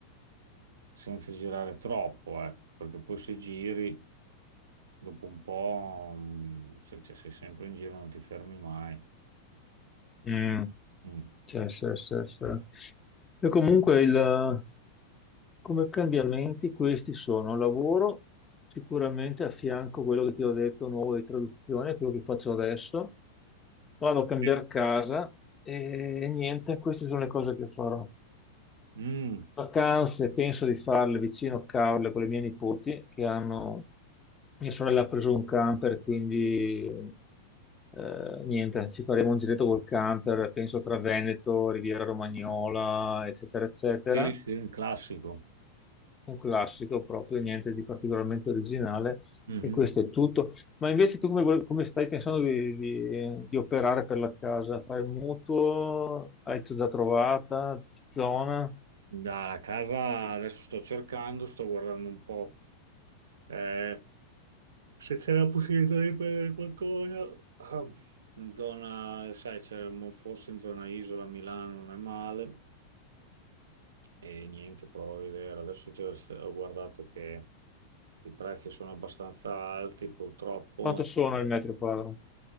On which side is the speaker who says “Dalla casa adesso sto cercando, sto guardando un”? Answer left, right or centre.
Right